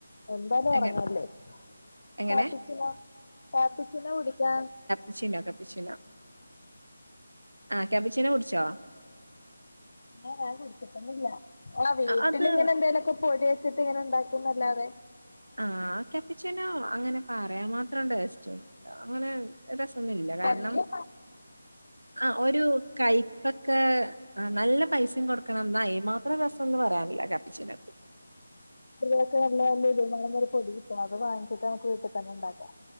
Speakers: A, on the left (about 60°); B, on the right (about 85°).
A: എന്താലും
B: എങ്ങനെ
A: എറങ്ങല്ലേ
B: എങ്ങനെ
A: കാപ്പിച്ചിനോ കാപ്പിച്ചിനോ കുടിക്കാൻ
B: ച്ചിണ്ടാക്കാ പ്പിച്ചീനാ ആഹ് കാപ്പിച്ചീന കുടിച്ചോ
A: ഇല്ല ഞാൻ കുടിച്ചിട്ടൊന്നൂല്ല ആഹ് വീട്ടിലിങ്ങനെ
B: ആ, അത്
A: എന്തേലും ഒക്കെ പൊടി വെച്ചിട്ട് ഇങ്ങനെ ഇണ്ടാക്കുന്നല്ലാതെ
B: ആഹ് ആ കാപ്പിച്ചീനോ അങ്ങനെ പറയാൻ മാത്രം ടേസ്റ്റ് ഒന്നുല്ലാ അങ്ങനെ രസം മൊന്നുമില്ല കാരണം
A: വല്യ
B: ആഹ് ഒരു കയ്പ്പ ഒക്കെ നല്ല പൈസയും കൊടുക്കണം എന്നാ അതിനും മാത്രം രസം ഒന്നും പറയാനില്ല കാപ്പിച്ചിനക്ക്
A: പൊക്കെല്ല ഇതിനെരു പൊടി കിട്ടും അത് വാങ്ങിട്ട് നമുക്ക് വീട്ടിൽ തന്നെയുണ്ടാക്കാം